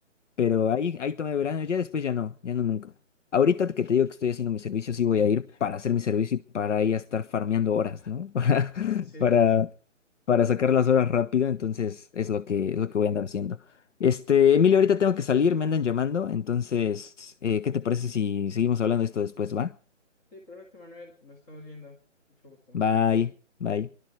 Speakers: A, on the left; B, on the left.
A: Pero ahí, ahí tomé verano, ya después ya no, ya no nunca. Ahorita que te digo que estoy haciendo mi servicio, sí voy a ir para hacer mi servicio y para ir a estar farmeando horas, ¿no? <laughs> Para,
B: <laughs>
A: para,
B: sí.
A: para sacar las horas rápido, entonces es lo que, es lo que voy a andar haciendo. Este, Emilio, ahorita tengo que salir, me andan llamando, entonces, eh, ¿qué te parece si seguimos hablando de esto después, va?
B: Sí, perfecto, Manuel. Nos estamos viendo. Mucho gusto.
A: Bye, bye.